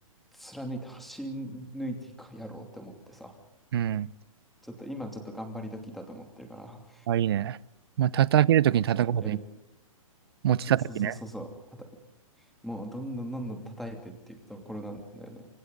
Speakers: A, in the centre; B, on the right.
A: 貫いて走り抜いていくかやろうって思ってさ、
B: うん。
A: ちょっと今ちょっと頑張り時だと思ってるから、
B: あ、いいね。まあ、叩けるときに叩こうで、
A: そう、やり、
B: 持ち叩きね。
A: そうそうそうそうそう。もうどんどんどんどん叩いてっていくところなんだよね。